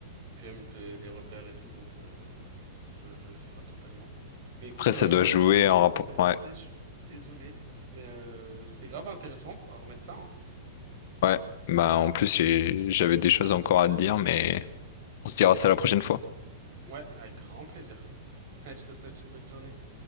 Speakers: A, on the right (about 55°); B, on the left (about 60°).
A: puis même te- les repères et tout. Donc, euh, je je je vois totalement. Mais écoute,
B: Après,
A: euh,
B: ça doit
A: moi,
B: jouer
A: je vais devoir
B: en rapport.
A: te laisser.
B: Ouais,
A: Je suis désolé, mais euh, c'était grave intéressant. On pourra remettre ça, hein.
B: ouais. Bah, en plus, j'ai- j'avais des choses encore à te dire, mais on se dira ça la prochaine fois.
A: Ouais, avec grand plaisir. <laughs> Je te souhaite une bonne journée.